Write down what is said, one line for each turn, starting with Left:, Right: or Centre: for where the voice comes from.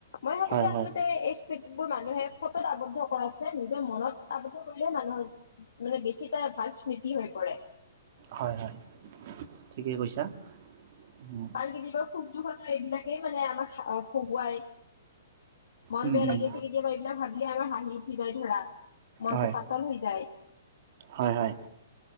Left: মই ভাবো
Right: হয়,
Left: যে আচলতে
Right: হয়,
Left: এই বোৰ মানুহে ফটোত আৱদ্ধ কৰাতছে নিজৰ মনত আৱদ্ধ কৰিলেহে মানুহৰ মানে বেছি এটা ভাল। স্মৃতি হৈ পৰে।
Right: হয়, হয় ঠিকেই কৈছা। উম,
Left: কালি কি দিবস? সুখ, দুখনো এইবিলাকেই মানে আমাক হহুৱাই মন
Right: উম,
Left: বেয়া লাগি
Right: উম,
Left: আছে, কেতিয়াবা এইবিলাক ভাবিলে আমাৰ ভ। ঠিক, ঠিকেই ধৰা। মনটো
Right: হয়।
Left: পাতল হৈ যায়।
Right: হয়, হয়